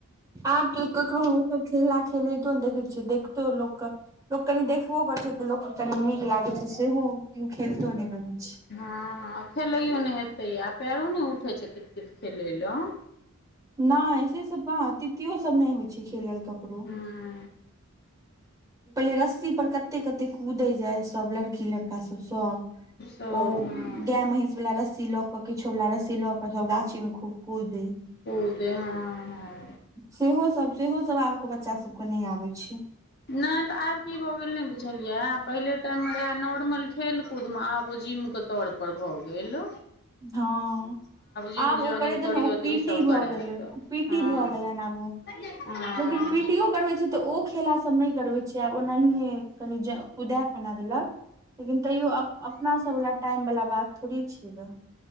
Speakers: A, on the right; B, on the left.
A: आब तू कैकरो त खेला खेलै तो देखै छै देखतौ लोक लोक कनि देखबो करै छै तऽ लोकके कनि नीक लागैत छै सेहोकियो खेलतो नहि रहैत छै
B: हँ खेलैयो नहि एतै आ पयरो नहि उठै छै कित कित खेलय लऽ
A: नहि से सब काहाँ तियो तियो सब नहि होइ छै खेलल ककरो
B: ह <inaudible> <inaudible>
A: पहिले रस्सी पर कते कते कूदै जाय सभ लड़की लड़का सब
B: सब
A: ओ
B: हँ
A: गाय महींष वाला रस्सी ल क किछो वाला रस्सी ल क सब गाछी मे खूब कूदे
B: कुदै हँ हँ
A: सेहो सब सेहो सब आबक बच्चा सब के नहि आबै छै
B: नहि तऽ आब की भऽ गेल नै बुझलियै आ पहिले टाइम मे रहे नॉर्मल खेलकूद तुम आब ओ जिम के तौर पर भऽ गेल
A: हँ
B: जिम
A: आब
B: ज्वाइनिंग
A: ओ करे दे
B: करियौ
A: ने ओ पीटी
B: तऽ ईसभ
A: भऽ
B: करायत
A: गेलै
B: हँ
A: ओ पीटी भऽ गेलै आब ओ
B: हँ हँ
A: लेकिन पी टी ओ करबे छै तऽ ओ खेला सब नहि करबै छैय आब ओनाही कनि कुदा खना देलक लेकिन तैयो अपनासभवला टाइम वला बात थोड़ी छै